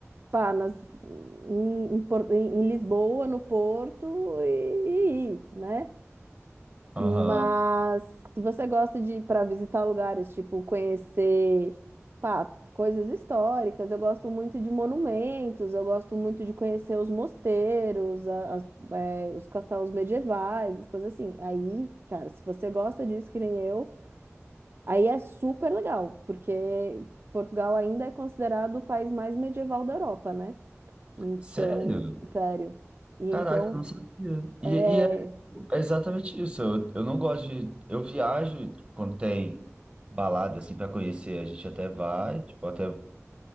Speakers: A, on the right (about 45°); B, on the right (about 20°).
A: pá, nas, em, em Por- em- em Lisboa, no Porto e, e, e, né?
B: Aham.
A: Mas se você gosta de ir para visitar lugares, tipo conhecer pá, coisas históricas, eu gosto muito de monumentos, eu gosto muito de conhecer os mosteiros, a- as- é, os castelos medievais, as coisas assim. Aí, cara, se você gosta disso, que nem eu, aí é super legal, porque Portugal ainda é considerado o país mais medieval da Europa, né? Então,
B: Sério?
A: sério. E
B: Caraca,
A: então,
B: eu não sabia.
A: é...
B: E, e é é exatamente isso. Eu, eu não gosto de. Eu viajo quando tem balada, assim, para conhecer. A gente até vai, tipo, até